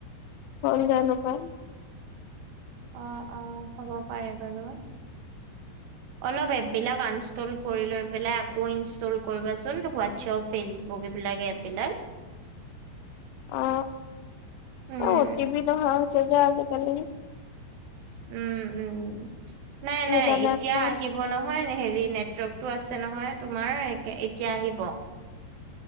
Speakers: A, on the left; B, on the right.
A: হ'ল জানো পায়।
B: অ, অ, হ'ব পাৰে বাৰু। অলপ এপ বিলাক আনষ্টল কৰি লৈ পেলাই আকৌ ইনষ্টল কৰিবাচোন। হোৱাটচ ফেচবুক এইবিলাক এপ বিলাক।
A: অ
B: উম
A: অতিপি নহা হৈছে যে আজিকালি।
B: উম, উম, নাই-নাই
A: সেইকাৰণে
B: এতিয়া
A: আকৌ
B: আহিব হ'ব নহয় হেৰি নেটৱৰ্কটো আছে নহয় তোমাৰ এ এতিয়া আহিব।